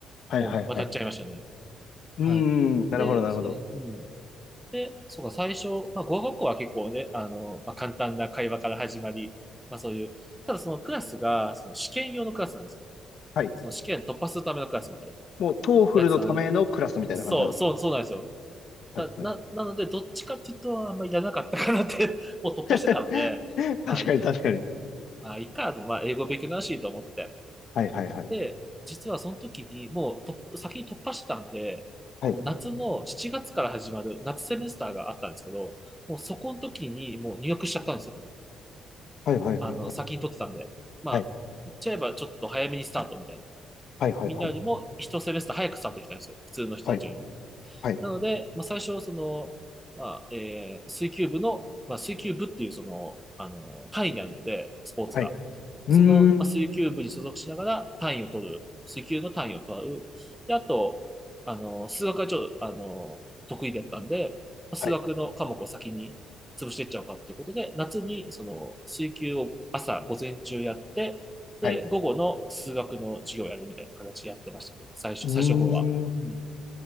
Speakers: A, on the left; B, in the centre.
A: はい、
B: もう渡っちゃいましたね。
A: はい、はい。うーん、
B: はい。
A: なるほど、
B: で、
A: なるほど。
B: そう、うん。で、そうか、最初、まあ、語学学校は結構ね、あの、まあ、簡単な会話から始まり、まあそういう、ただそのクラスが、その試験用のクラスなんですよ。
A: はい。
B: その試験突破するためのクラスみたいな
A: もう、トーフルのためのクラスみたいな感じなんですかね。
B: やつなん、そう、そう、そうなんですよ。
A: はい、
B: な、な、
A: はい。
B: なので、どっちかっていうと、あんまりやらなかったかなって <laughs> もう突破してたので、
A: <laughs>
B: まあ、
A: 確かに、
B: いいや、
A: 確かに。
B: まあ、いいか、でもまあ、英語勉強になるしと思って。
A: はい、はい、はい。
B: で、実はその時に、もうと、先に突破してたんで、
A: はい、
B: もう夏の7月から始まる夏セメスターがあったんですけど、もうそこの時にもう入学しちゃったんですよ。
A: はい、はい、はい、
B: あの、
A: はい。
B: 先に取ってたんで。まあ、
A: はい、
B: 言っちゃえばちょっと早めにスタートみたいな。
A: はい、はい、
B: みんなよりも一セメスター早くスタートできたんですよ。
A: はい。
B: 普通の人たちよりも。
A: はい、はい、
B: なので、まあ、最初、その、まあ、えー水球部の、まあ、水球部っていう、その、あの、単位にあるので、スポーツが。
A: はい。うーん、
B: その、まあ、水球部に所属しながら単位を取る。水球の単位を取る。で、あと、あの、数学がちょっと、あの、得意だったんで、まあ数学の科目を先に潰していっちゃおうかっていうことで、
A: はい、
B: 夏に、その、水球を朝、午前中やって、で、
A: はい。う
B: 午後の数学の授業をやるみたいな形でやってましたね。最初、
A: ーん。
B: 最初の頃は。うん。